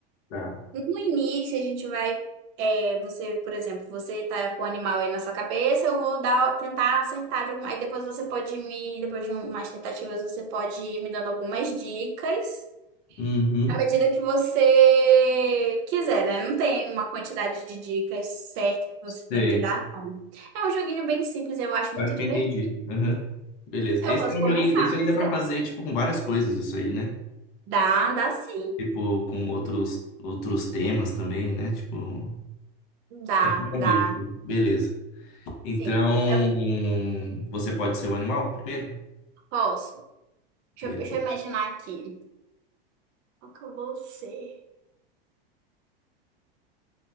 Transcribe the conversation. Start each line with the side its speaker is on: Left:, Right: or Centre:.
Left: Tá.
Right: No início, a gente vai. é, você, por exemplo, você tá com o animal aí na sua cabeça, eu vou dar, tentar acertar de alguma. Aí depois você pode me. Depois de umas tentativas, você pode ir me dando algumas dicas.
Left: Uhum.
Right: À medida que você quiser, né? Não tem uma quantidade de dicas certa que você tem
Left: Sei.
Right: que dar, não. É um joguinho bem simples, eu acho muito
Left: Acho
Right: divertido.
Left: que eu entendi. Uhum. Beleza.
Right: Eu
Left: Esse
Right: posso
Left: é um
Right: começar,
Left: joguinho. Isso
Right: pode
Left: aí dá pra
Right: ser?
Left: fazer, tipo, com várias coisas, isso aí, né?
Right: Dá, dá sim.
Left: Tipo, com outros, outros temas também, né? Tipo.
Right: Dá,
Left: À primeira
Right: dá,
Left: vista. Beleza. Então,
Right: sim. Eu
Left: você pode ser o animal primeiro?
Right: posso. Deixa
Left: Be-
Right: eu, deixa eu imaginar aqui. Qual que eu vou ser?